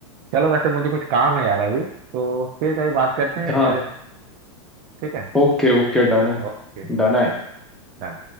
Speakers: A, on the right; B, in the centre.
A: चलो, वैसे मुझे कुछ काम है यार अभी तो फिर कहीं बात करते हैं इस
B: हाँ
A: बारे में ठीक है
B: ओके ओके डन है
A: Okay
B: डन है
A: done